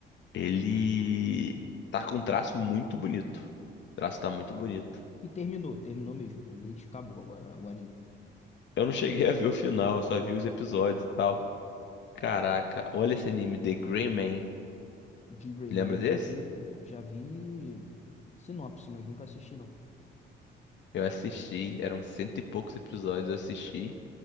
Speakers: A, on the left; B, on the left.
A: ele. Tá com um traço muito bonito. O traço tá muito bonito.
B: E terminou, terminou mesmo. O Bleach acabou agora, o anime.
A: Eu não cheguei a ver o final, eu só vi os episódios e tal. Caraca, olha esse anime, The Gray Man.
B: De Greyman
A: Lembra
B: eu
A: desse?
B: já vi, já vi sinopse, mas nunca assisti não.
A: Eu assisti, eram cento e poucos episódios, eu assisti.